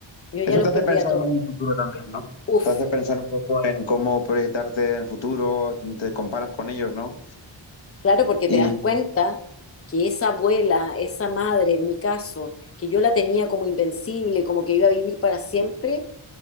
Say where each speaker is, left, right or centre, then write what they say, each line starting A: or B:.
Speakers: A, on the left (about 30°); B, on the left (about 70°).
A: Yo ya
B: Eso
A: los
B: te hace
A: perdí
B: pensar
A: a todos.
B: en el futuro también, ¿no?
A: Uf.
B: Te hace pensar un poco en cómo proyectarte en el futuro, te comparas con ellos, ¿no?
A: Claro, porque te
B: Y...
A: das cuenta que esa abuela, esa madre, en mi caso, que yo la tenía como invencible, como que iba a vivir para siempre,